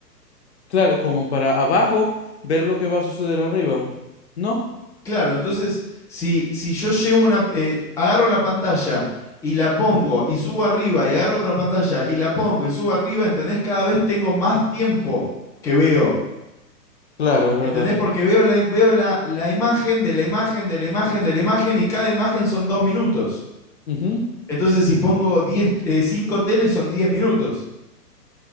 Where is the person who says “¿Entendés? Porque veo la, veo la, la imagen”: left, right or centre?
Centre